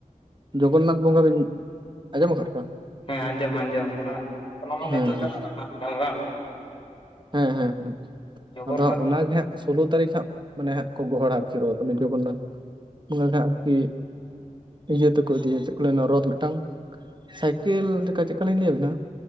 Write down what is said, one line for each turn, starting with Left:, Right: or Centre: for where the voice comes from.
Right: ᱡᱚᱜᱚᱱᱱᱟᱛᱷ ᱵᱚᱸᱜᱟ ᱵᱤᱱ ᱟᱸᱡᱚᱢ ᱟᱠᱟᱫ ᱠᱚᱣᱟ
Left: ᱦᱮᱸ ᱟᱸᱡᱚᱢ ᱟᱸᱡᱚᱢ ᱚᱱᱟ ᱚᱱᱟ ᱢᱟ ᱱᱤᱛᱚᱜ
Right: ᱦᱮᱸ
Left: ᱪᱟᱞᱟᱜ
Right: ᱦᱮᱸ
Left: ᱠᱟᱱᱟ ᱵᱟᱝ?
Right: ᱦᱮᱸ ᱦᱮᱸ ᱦᱮᱸ
Left: ᱡᱚᱜᱚᱨᱱᱟᱛᱷ
Right: ᱟᱫᱚ ᱚᱱᱟᱜᱮ ᱦᱟᱸᱜ ᱥᱳᱞᱳ ᱛᱟᱹᱨᱤᱠᱷ ᱦᱟᱸᱜ ᱢᱟᱱᱮ ᱦᱟᱸᱜ ᱠᱚ ᱜᱚᱦᱚᱲᱟ ᱟᱨᱠᱤ ᱚᱱᱮ ᱡᱚᱜᱚᱱᱱᱟᱛᱷ ᱚᱱᱮ ᱦᱟᱸᱜ ᱟᱨᱠᱤ ᱤᱭᱟᱹ ᱛᱮᱠᱚ ᱤᱫᱤᱭᱟ ᱪᱮᱫ ᱠᱚ ᱞᱮᱭᱟ ᱚᱱᱟ ᱨᱚᱛ ᱢᱤᱫᱴᱟᱝ ᱥᱟᱭᱠᱮᱞ
Left: ᱦᱩᱸ ᱦᱩᱸ
Right: ᱞᱮᱠᱟ ᱪᱮᱫᱠᱟᱞᱤᱧ ᱞᱟᱹᱭ ᱟᱵᱤᱱᱟ